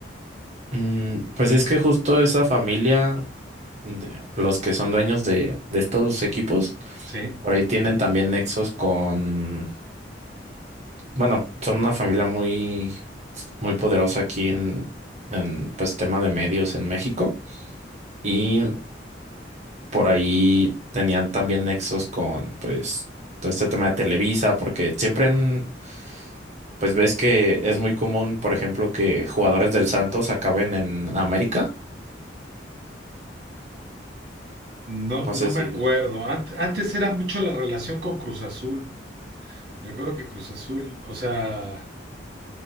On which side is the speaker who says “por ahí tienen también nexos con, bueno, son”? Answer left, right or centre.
Right